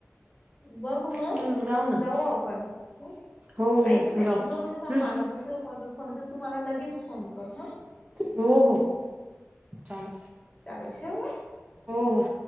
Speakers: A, on the left; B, on the right.
A: बघ मग,
B: हम्म ना
A: जाऊ आपण ह
B: हो हो
A: ऐक ना
B: जाऊ
A: एक दोन मिनिट थांब
B: हम्म
A: मला दुसर कोण तर फोन करतयं, तुम्हाला लगेच फोन कर हं.
B: हो हो, चालेल.
A: चालेल ठेवू.
B: हो हो.